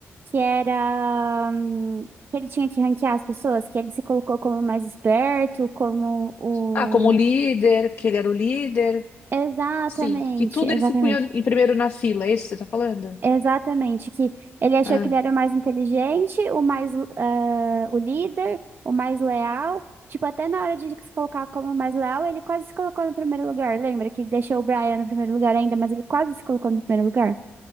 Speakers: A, on the right; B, on the left.
A: que era hum, que ele tinha que ranquear as pessoas, que ele se colocou como o mais esperto, como o.
B: Ah, como líder, que ele era o líder.
A: Exatamente,
B: Sim, que tudo ele
A: exatamente.
B: se punha em primeiro na fila, é isso que você tá falando?
A: Exatamente, que ele achou
B: Ah,
A: que ele era o mais inteligente, o mais, eh, o líder, o mais leal. Tipo, até na hora de se colocar como o mais leal, ele quase se colocou no primeiro lugar. Lembra que ele deixou o Brian no primeiro lugar ainda, mas ele quase se colocou no primeiro lugar?